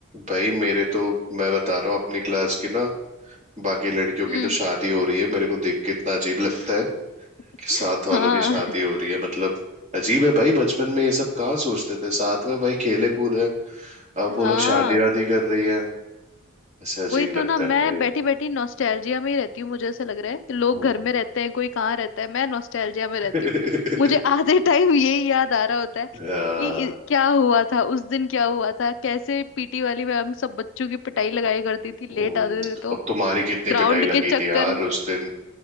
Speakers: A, on the right; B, on the left.
A: भाई मेरे तो मैं बता रहा हूँ अपनी क्लास की ना बाकी लड़कियों की
B: हम्म
A: तो शादी हो रही है मेरे को देख के इतना अजीब लगता है कि
B: <laughs>
A: साथ वालों
B: हाँ
A: की शादी हो रही है मतलब अजीब है भाई बचपन में ये सब कहाँ सोचते थे साथ में भाई खेले कूदे अब वो
B: हाँ
A: लोग शादी वादी कर रही है ऐसे अजीब
B: वही
A: लगता
B: तो ना मैं
A: है भाई
B: बैठी बैठी नॉस्टैल्जिया में ही रहती हूँ मुझे ऐसा लग रहा है कि लोग
A: हम्म
B: घर में रहते हैं कोई कहाँ रहता है मैं नॉस्टैल्जिया में रहती
A: <laughs>
B: हूँ मुझे आधे टाइम यही याद आ रहा होता है
A: आ,
B: कि इ- क्या हुआ था उस दिन क्या हुआ था कैसे पीटी वाली में हम सब बच्चों की पिटाई लगाया करती थी
A: हम्म,
B: लेट आते थे तो
A: और तुम्हारी कितनी
B: ग्राउंड
A: पिटाई लगी
B: के चक्कर
A: थी यार उस दिन